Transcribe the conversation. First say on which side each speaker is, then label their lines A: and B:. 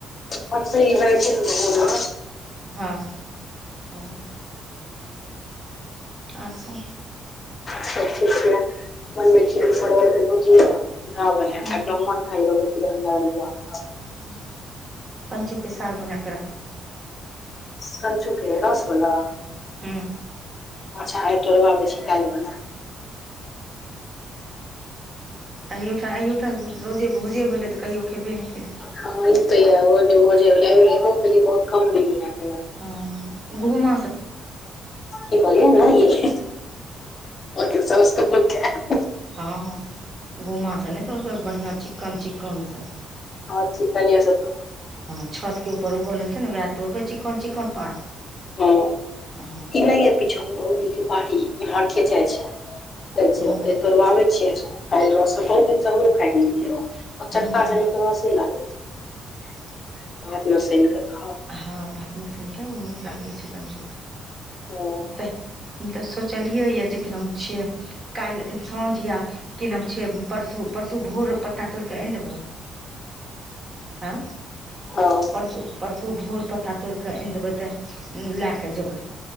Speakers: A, on the left (about 45°); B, on the right (about 35°).
A: परसै मे भऽ जाय छै नै घौर मोर।
B: हँ, हँ। अच्छा
A: सब चीज छै बनबे छी परवल के भुजा बने
B: हँ
A: एकद <unintelligible> <unintelligible>
B: हँ कनचू के साग बना के राखू।
A: कनचुके रस वाला?
B: हूँ।
A: अच्छा आइ तोड़बाबै छी कैल बना।
B: एहि ठाम अहियोठाम रोजे भोजे भेलेै तऽ कहियो खयबे नेै केलही?
A: हा ई त य जे जे एसो केलिए बहुत कम दिन लै
B: ह घुम
A: की कहलियए ने य <unintelligible>
B: हा घुमस से ने तोड़बै बढ़िआँ चिक्कन चिक्कन से
A: हा चिकनियै‌ सऽ तो
B: हा छत के ऊपर उगल हेते ने वैह तोरबइ चिकन-चिकन पात
A: ह
B: हँ
A: ई नैय यै पीछा में भउजी के बड़ी उमहर खेजाइ छै अछ
B: हूँ
A: तोरबाबई छियै स काइल रस बहुत दिन हमरो खाय के मोन ओ
B: हूँ
A: चक्का स नीक रसे लागे छै भात मे सइनक खाउ
B: हा भात में सइन के ओ नीक लागे छै कंचु के
A: हँ
B: हम त हम त सोचलियै जे किनाम छिय काल्हि साँझ या कि नाम छिये परसू परसू भोर पत्ता तोड़ि के आनि देब है
A: हँ
B: परसू परसू भोर पत्ता तोड़ि के ऐन देबय त लए क जेबय